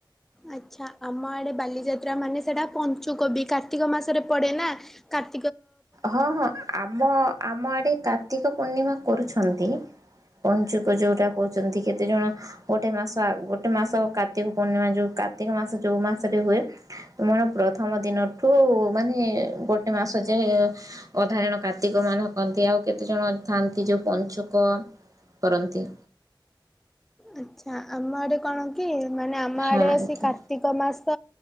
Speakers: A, in the centre; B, on the right (about 45°).
A: ଆଚ୍ଛା ଆମ ଆଡେ ବାଲିଯାତ୍ରା ମାନେ ସେଟା ପଞ୍ଚୁକୋବି କାର୍ତ୍ତିକ ମାସରେ ପଡେ ନା, କାର୍
B: ହଁ ହଁ ଆମ ଆମ ଆଡେ କାର୍ତ୍ତିକ ପୂର୍ଣ୍ଣିମା କରୁଛନ୍ ତି ପଞ୍ଚୁକ ଯୋଉଟା କହୁଚନ୍ତି, କେତେ ଜଣ ଗୋଟେ ମାସ ଗୋଟେ ମାସ କାର୍ତ୍ତିକ ପୂର୍ଣ୍ଣିମା ଯୋଉ କାର୍ତ୍ତିକ ମାସ ଯୋଉ ମାସରେ ହୁଏ, ମୋର ପ୍ରଥମ ଦିନଠୁ ମାନେ ଗୋଟେ ମାସ ଯେ ଅଧା ଜଣ କାର୍ତ୍ତିକ ମାନେ କହନ୍ତି, ଆଉ କେତେ ଜଣ ଥାଆନ୍ତି ଯୋଉ ପଞ୍ଚୁକ କରନ୍ତି।
A: ଆଚ୍ଛା ଆମ ଆଡେ କଣ କି ମାନେ ଆମ
B: ହଁ
A: ଆଡ଼େ
B: ଆଜ୍ଞା
A: ସେଇ କାର୍ତ୍ତିକ ମାସ୍ ତ